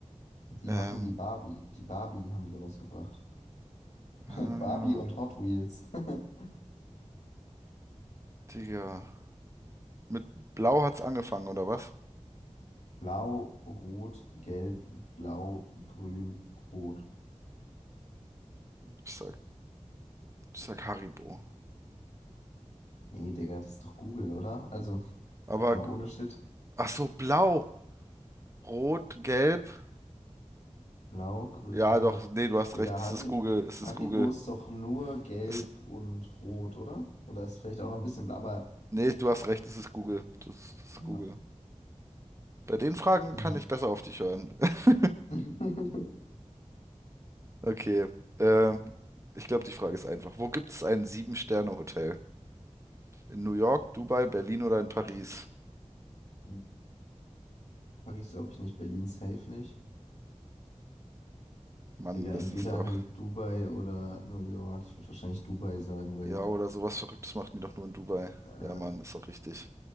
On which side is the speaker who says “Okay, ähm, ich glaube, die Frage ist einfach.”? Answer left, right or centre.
Right